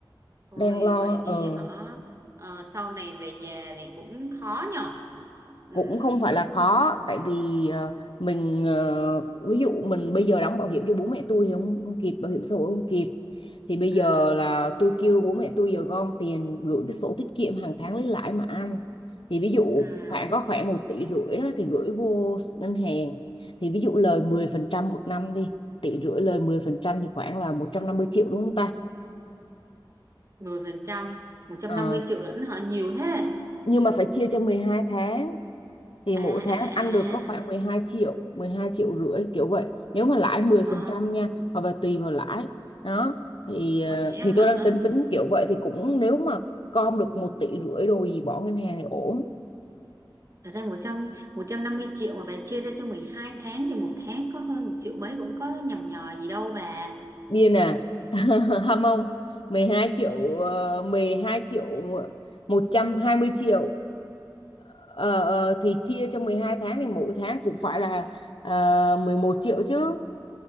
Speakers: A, on the right; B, on the left.
A: Thôi
B: đang lo
A: vậy thì
B: ờ
A: họ ờ, sau này về già thì cũng khó nhở? Ừm,
B: cũng không phải là khó tại vì ờ, mình ờ, ví dụ mình bây giờ đóng bảo hiểm cho bố mẹ tôi thì không, không kịp bảo hiểm xã hội không kịp thì bây giờ
A: ừm,
B: là tôi kêu bố mẹ tôi giờ gom tiền gửi cái sổ tiết kiệm hàng tháng lấy lãi mà ăn thì ví dụ
A: ừm,
B: khoảng có khoảng một tỷ rưỡi đó thì gửi vô ngân hàng thì ví dụ lời 10% một năm đi tỷ rưỡi lời 10% thì khoảng là 150 triệu đúng không ta
A: 10%, 150
B: Ờ,
A: triệu lẫn họ nhiều thế.
B: nhưng mà phải chia cho 12 tháng thì
A: À
B: mỗi tháng
A: à
B: ăn được có khoảng
A: à.
B: 12 triệu 12 triệu rưỡi kiểu vậy nếu mà lãi mười
A: Ờ,
B: phần trăm nha hoặc là tùy vào lãi đó thì ờ,
A: vậy á
B: thì tôi
A: hả?
B: đang tính tính kiểu vậy thì cũng nếu mà com được một tỷ rưỡi đồ gì bỏ ngân hàng thì ổn
A: Thật ra 100 150 triệu mà bà chia ra cho 12 tháng thì một tháng có hơn một triệu mấy cũng có nhằm nhò gì đâu bà.
B: điên à <laughs> ham không 12 triệu ờ, 12 triệu 120 triệu ờ, ờ, thì chia cho 12 tháng thì mỗi tháng cũng phải là ờ, 11 triệu chứ